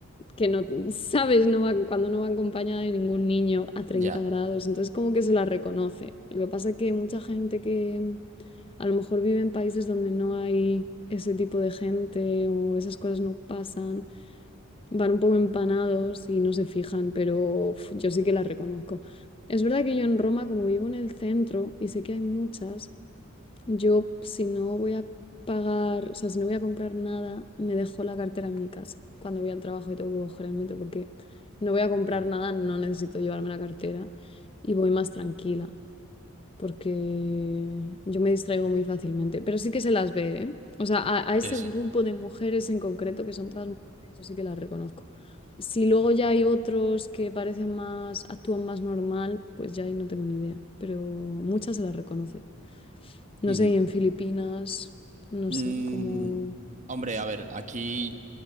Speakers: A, on the left; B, on the right.
A: que no, sabes, no va, cuando no va acompañada de ningún niño a treinta
B: Ya.
A: grados. Entonces, como que se la reconoce. Lo que pasa es que mucha gente que mm, a lo mejor vive en países donde no hay ese tipo de gente o esas cosas no pasan van un poco empanados y no se fijan, pero uf, yo sí que las reconozco. Es verdad que yo en Roma, como vivo en el centro y sé que hay muchas, yo si no voy a pagar, o sea, si no voy a comprar nada, me dejo la cartera en mi casa cuando voy al trabajo y tengo que coger el metro porque no voy a comprar
B: Ujú.
A: nada, no necesito llevarme la cartera y voy más tranquila porque yo me distraigo muy fácilmente, pero sí que se las ve, ¿eh? O sea, a, a ese
B: Sí, sí.
A: grupo de mujeres en concreto, que son todas mujeres, yo sí que las reconozco. Si luego ya hay otros que parecen más, actúan más normal, pues ya ahí no tengo ni idea, pero muchas se las reconoce. No
B: Ujú.
A: sé, y en Filipinas, no
B: Mm,
A: sé, como...
B: hombre, a ver, aquí